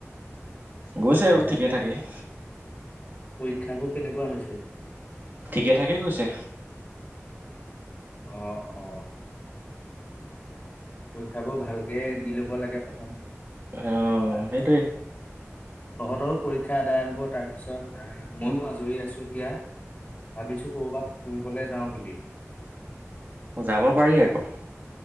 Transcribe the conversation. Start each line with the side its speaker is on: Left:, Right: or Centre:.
Right: গৈছে
Left: অ
Right: আৰু ঠিকে থাকেই।
Left: শিক্ষাবোৰ কেনেকুৱা হৈছে।
Right: ঠিকে থাকে কৈছে।
Left: অঁ অঁ পৰীক্ষাবোৰ ভালকে দি ল'ব লাগে প্ৰথম।
Right: অঁ'
Left: তা-
Right: সেই।
Left: তহঁতৰো পৰীক্ষা আদায় হ'ব, তাৰ পিছত আহ। মইো আজৰি আছো এতিয়া। ভাবিছো কৰ'বাত ফুৰিবলৈ যাওঁ। বুলি
Right: যাব পাৰি আকৌ।